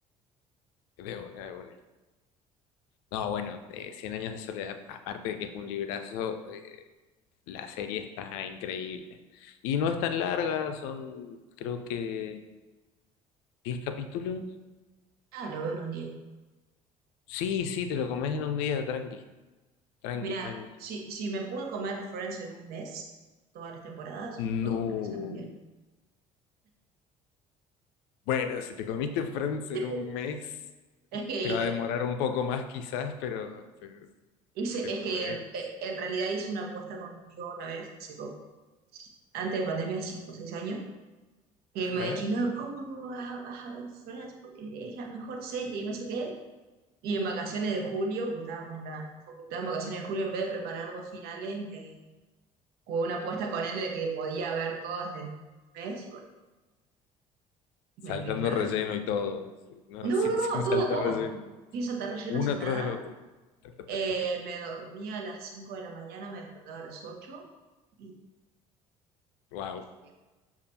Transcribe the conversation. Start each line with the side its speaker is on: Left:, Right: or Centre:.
Left: de una, de una. No, bueno, eh, Cien años de soledad, aparte de que es un librazo, eh, la serie está increíble. Y no es tan larga, son creo que 10 capítulos.
Right: ah, lo veo en un día.
Left: Sí, sí, te lo comes en un día, tranqui. Tranqui,
Right: Mira,
Left: tranqui.
Right: si, si me pude comer Friends en un mes, todas las temporadas,
Left: No.
Right: puedo comer esa en un día.
Left: Bueno, si te comiste Friends en
Right: <laughs>
Left: un mes,
Right: Es que
Left: te va
Right: eh,
Left: a demorar un poco más quizás, pero te,
Right: hice,
Left: te
Right: es
Left: podés.
Right: que en, eh, en realidad hice una apuesta con un amigo una vez, hace como- antes de pandemia, 5 o 6 años, que
Left: ajá,
Right: él me ha dicho, no, ¿cómo no vas, vas a ver Friends? Porque es la mejor serie y no sé qué. Y en vacaciones de julio, porque estábamos en la facultad en vacaciones de julio, en vez de preparar dos finales, me jugué una apuesta con él de que podía ver todas del mes y bueno,
Left: Saltando
Right: me, me clavé.
Left: relleno y todo. sí, No,
Right: No,
Left: sin,
Right: no,
Left: sin
Right: no, todo,
Left: saltar
Right: todo.
Left: relleno. sí,
Right: Sin saltar relleno,
Left: Uno
Right: sin
Left: atrás
Right: nada.
Left: del otro. Taca,
Right: Eh,
Left: taca, taca.
Right: me dormía a las 5 de la mañana, me despertaba a las 8 y,
Left: Wow.
Right: y estudiaba.